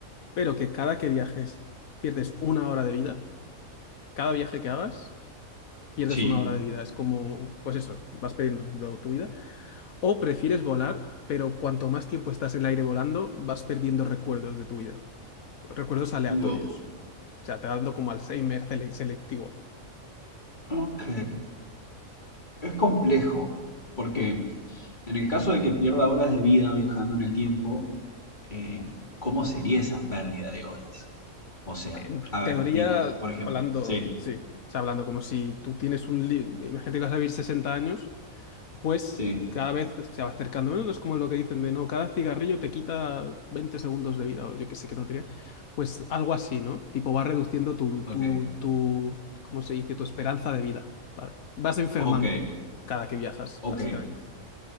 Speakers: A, on the left; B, on the left.
A: pero que cada que viajes pierdes una hora de vida, cada viaje que hagas pierdes
B: Sí.
A: una hora de vida. Es como, pues eso, vas perdiendo tu vida. O prefieres volar, pero cuanto más tiempo estás en el aire volando, vas perdiendo recuerdos de tu vida. Recuerdos aleatorios.
B: Wow.
A: O sea, te va dando como Alzheimer sele- selectivo.
B: Ok. Es complejo, porque
A: Mm.
B: en el caso de que pierda horas de vida viajando en el tiempo, eh, ¿cómo sería esa pérdida de horas? O sea,
A: En
B: a ver,
A: teoría,
B: digo, por ejemplo.
A: hablando,
B: Sí,
A: sí, o sea, hablando como si tú tienes un... li- Imagínate que vas a vivir sesenta años pues
B: sí.
A: cada vez se va acercando menos, es como lo que dicen de no, cada cigarrillo te quita 20 segundos de vida, o yo que sé qué tontería, pues algo así, ¿no? Tipo, va reduciendo tu, tu,
B: Ok,
A: tu, ¿cómo se dice? Tu esperanza de vida, ¿vale? Vas enfermando
B: ok,
A: cada que viajas,
B: ok.
A: básicamente.